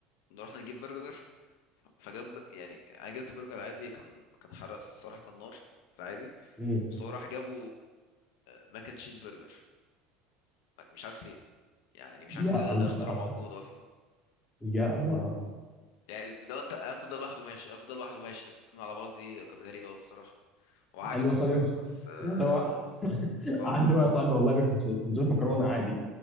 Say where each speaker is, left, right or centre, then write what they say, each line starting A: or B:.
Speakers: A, on the left (about 75°); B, on the left (about 15°).
A: كنا رحنا نجيب برجر فجاب يعني انا جبت برجر عادي كان كان حرق الصراحة كان نار بس عادي
B: مم.
A: بس هو راح جابه ماكن تشيز برجر مش عارف ليه يعني مش
B: يا
A: عارف ليه
B: الله
A: ده اختراع موجود اصلا
B: يا الله
A: يعني لو انت اكل ده لوحده ماشي اكل ده لوحده ماشي لكن اتنين على بعض دي كانت غريبة أوي الصراحة وعجبه
B: عندي واحد صاحبي يفس-
A: بس آه
B: والله وا- <laughs>
A: صعب
B: عندي واحد صاحبي والله بياكل سندوتشات مكرونه عادي